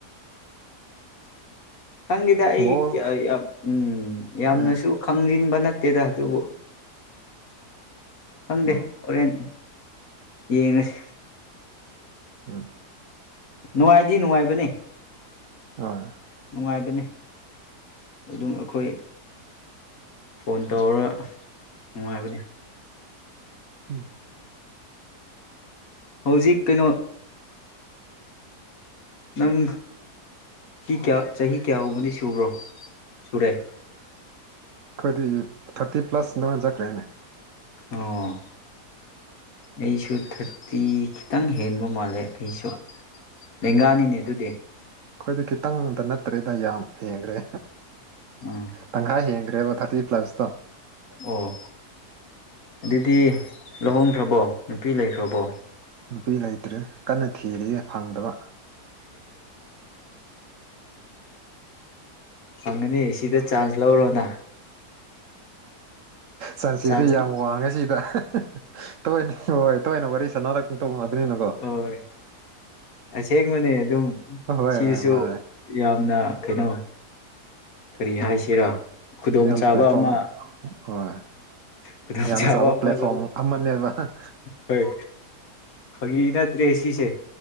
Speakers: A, on the left (about 60°); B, on the right (about 65°).
A: ꯈꯪꯗꯦꯗ ꯑꯩ
B: ꯕꯣꯜ
A: ꯌꯥꯝ ꯎꯝ ꯌꯥꯝꯅꯁꯨ
B: ꯑꯥ
A: ꯈꯪꯖꯤꯟꯕ ꯅꯠꯇꯦꯗ ꯑꯗꯨꯕꯨ ꯈꯪꯗꯦ
B: ꯑꯣ
A: ꯍꯣꯔꯦꯟ ꯌꯦꯡꯉꯨꯁꯤ
B: ꯎꯝ
A: ꯅꯨꯡꯉꯥꯏꯗꯤ ꯅꯨꯡꯉꯥꯏꯕꯅꯦ
B: ꯍꯣꯏ
A: ꯅꯨꯡꯉꯥꯏꯕꯅꯦ ꯑꯗꯨꯝ ꯑꯩꯈꯣꯏ ꯐꯣꯟ ꯇꯧꯔꯒ ꯅꯨꯡꯉꯥꯏꯕꯅꯦ
B: ꯎꯝ
A: ꯍꯧꯖꯤꯛ ꯀꯩꯅꯣ ꯅꯪ ꯁꯤ ꯀꯌꯥ ꯆꯍꯤ ꯀꯌꯥꯒꯨꯝꯕꯗꯤ ꯁꯨꯕ꯭ꯔꯣ ꯁꯨꯔꯦ
B: ꯑꯩꯈꯣꯏꯗꯤ ꯊꯥꯔꯇꯤ ꯄ꯭ꯂꯁ ꯅ ꯑꯣꯏꯅ ꯆꯠꯈ꯭ꯔꯦꯅꯦ
A: ꯑꯣ ꯑꯩꯁꯨ ꯊꯥꯔꯇꯤ ꯈꯤꯇꯪ ꯍꯦꯟꯕ ꯃꯥꯜꯂꯦ ꯑꯩꯁꯨ ꯂꯦꯡꯒꯥꯅꯤꯅꯦ ꯑꯗꯨꯗꯤ
B: ꯑꯗꯨ ꯈꯤꯇꯪꯗ ꯅꯠꯇ꯭ꯔꯦꯗ ꯌꯥꯝ ꯍꯡꯈ꯭ꯔꯦ
A: ꯑꯥ
B: ꯇꯪꯈꯥꯏ ꯍꯦꯟꯈ꯭ꯔꯦꯕ ꯊꯥꯔꯇꯤ ꯄ꯭ꯂꯁꯇꯣ
A: ꯑꯣ ꯑꯗꯨꯗꯤ ꯂꯧꯍꯣꯡꯈ꯭ꯔꯕꯣ ꯅꯨꯄꯤ ꯂꯩꯈ꯭ꯔꯕꯣ
B: ꯅꯨꯄꯤ ꯂꯩꯇ꯭ꯔꯦ ꯀꯟꯅ ꯊꯤꯔꯤꯌꯦ ꯐꯪꯗꯕ
A: ꯐꯪꯒꯅꯤ ꯁꯤꯗ ꯆꯥꯟꯁ ꯂꯧꯔꯣꯅ
B: ꯁꯟꯁꯤꯁꯨ
A: ꯆꯥꯟꯁ
B: ꯌꯥꯝ ꯋꯥꯡꯉꯦ ꯁꯤꯗ ꯇꯣꯏꯅ ꯍꯣꯏ ꯇꯣꯏꯅ ꯋꯥꯔꯤ ꯁꯥꯟꯅꯔꯛ ꯇꯧꯕ ꯑꯗꯨ ꯅꯀꯣ
A: ꯍꯣꯏ ꯑꯁꯦꯡꯕꯅꯦ ꯑꯗꯨꯝ
B: ꯍꯣꯏ
A: ꯁꯤꯗꯁꯨ
B: ꯍꯣꯏ ꯍꯣꯏ
A: ꯌꯥꯝꯅ ꯀꯩꯅꯣ ꯀꯔꯤ ꯍꯥꯏꯁꯤꯔ ꯈꯨꯗꯣꯡꯆꯥꯥꯕ
B: ꯌꯥꯝ ꯄ꯭ꯂꯦꯠꯐꯣꯝ
A: ꯑꯃꯣꯏ
B: ꯍꯣꯏ
A: ꯈꯨꯗꯣꯡꯆꯥꯥꯕ
B: ꯌꯥꯝꯅ ꯆꯥꯎꯕ
A: ꯑꯃ
B: ꯄ꯭ꯂꯦꯠꯐꯣꯝ
A: ꯂꯧ
B: ꯑꯃꯅꯦꯕ
A: ꯍꯣꯏ ꯐꯒꯤ ꯅꯠꯇ꯭ꯔꯦ ꯁꯤꯁꯦ